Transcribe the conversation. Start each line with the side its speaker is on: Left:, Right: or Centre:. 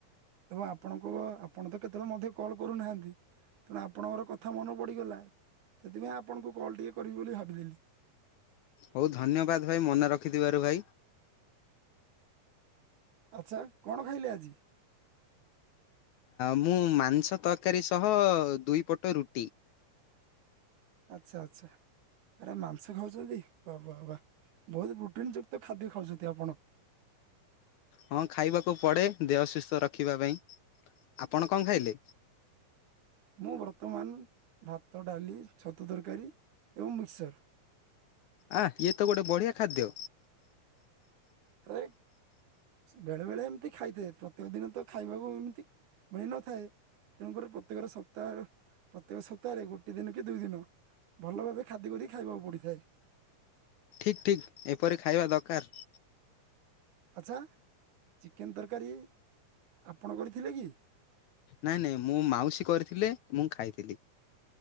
Right: ଏବଂ ଆପଣଙ୍କ ଆପଣ ତ କେତେବେଳେ ମଧ୍ୟ କଲ କରୁନାହାନ୍ତି? ତେଣୁ ଆପଣଙ୍କର କଥା ମନେ ପଡିଗଲା। ସେଥିପାଇଁ ଆପଣଙ୍କୁ କଲ୍ ଟିକେ କରିବି ବୋଲି ଭାବିଦେଲି।
Left: ହଉ ଧନ୍ୟବାଦ ଭାଇ ମନେ ରଖିଥିବାରୁ ଭାଇ
Right: ଆଚ୍ଛା କଣ ଖାଇଲେ ଆଜି?
Left: ମୁଁ ମାଂସ ତରକାରୀ ସହ ଦୁଇ ପଟ ରୁଟି।
Right: ଆଚ୍ଛା ଆଛା ଆରେ ମାଂସ ଖାଉଛନ୍ତି? ବା ବା ବା ବହୁତୁ ପ୍ରଟିନ୍ ଯୁକ୍ତ ଖାଦ୍ୟ ଖାଉଛନ୍ତି ଆପଣ।
Left: ହଁ ଖାଇବାକୁ ପଡେ। ଦେହ ସୁସ୍ଥ ରଖିବା ପାଇଁ ଆପଣ କଣ ଖାଇଲେ?
Right: ମୁଁ ବର୍ତ୍ତମାନ ଭାତ, ଡାଲି, ଛତୁ ତରକାରୀ ଏବଂ ମିକ୍ସର୍।
Left: ଆ ଇଏ ତ ଗୋଟେ ବଢିଆ ଖାଦ୍ୟ।
Right: ଆରେ ବେଳେ ବେଳେ ଏମିତି ଖାଇଥାଏ ପ୍ରତ୍ୟେକ ଦିନ ତ ଖାଇବାକୁ ଏମିତି ମିଳିନଥାଏ। ତେଣୁକରି ପ୍ରତ୍ୟେକ ସପ୍ତାହ ପ୍ରତ୍ୟେକ ସପ୍ତାହରେ ଗୋଟେ ଦିନ କି ଦୁଇ ଦିନ ଭଲ ଭାବେ ଖାଦ୍ୟ କରିିକି ଖାଇବାକୁ ପଡିଥାଏ।
Left: ଠିକ ଠିକ ଏପରି ଖାଇବା ଦରକାର।
Right: ଆଚ୍ଛା ଚିକେନ ତରକାରୀ ଆପଣ କରିଥିଲେ କି?
Left: ନାଇଁ ନାଇଁ ମୋ ମାଉସୀ କରିଥିଲେ ମୁଁ ଖାଇଥିଲି।